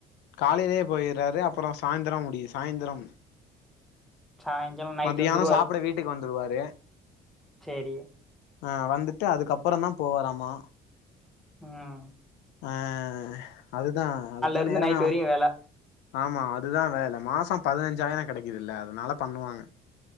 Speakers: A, on the left; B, in the centre.
A: காலையிலே போயிர்றாரு அப்புற சாந்தரோ முடியுது சாய்ந்திரம்
B: சாய்ங்காலோ நைட்
A: மத்தியான
B: வந்துருவாரு
A: சாப்பிட வீட்டுக்கு வந்துடுவாரு தே
B: சேரி
A: அஹ் வந்துட்டு அதுக்கப்புறந்தான் போவாராமா
B: உம்
A: ஆஹ் அதுதான் அதுதான்
B: இருந்து
A: நேரமே
B: நைட்
A: ஆ
B: வரையு வேல
A: ஆமா அதுதா வேல மாச பதுனஞ்சாயிர கெடைக்குதுல்ல அதுனால பண்ணுவாங்க